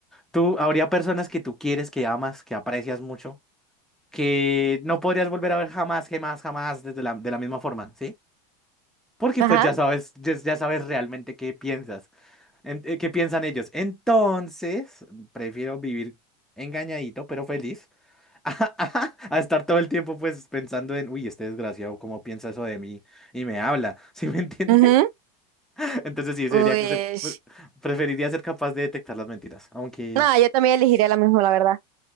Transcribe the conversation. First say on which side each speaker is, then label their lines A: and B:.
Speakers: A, in the centre; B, on the right.
A: tú, habría personas que tú quieres, que amas, que aprecias mucho, que no podrías volver a ver jamás, jamás, jamás desde la, de la misma forma, ¿sí? Porque
B: Ajá.
A: pues ya sabes, ya, ya sabes realmente qué piensas, en- eh, qué piensan ellos. Entonces, prefiero vivir engañadito, pero feliz, <laughs> a, estar todo el tiempo pues pensando en, uy, este desgraciado, ¿cómo piensa eso de mí? Y me habla, <laughs> ¿sí me entiendes?
B: ujú.
A: Entonces sí,
B: Uy,
A: sería que se pre- preferiría ser capaz de detectar las mentiras, aunque
B: no, yo también elegiría la misma, la verdad.